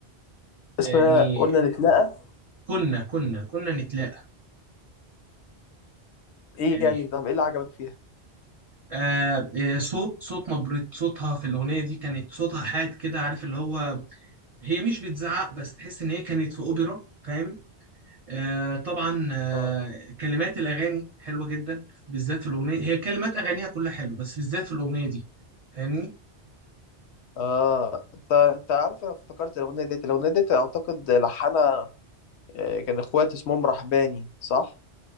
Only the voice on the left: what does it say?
اسمها قلنا نتلاقى
ايه
يعني طب ايه اللي عجبك فيها
اه
اه انت انت عارف انا افتكرت الاغنية ديت الاغنية ديت اعتقد لحنها آه، كان اخوات اسمهم رحباني صح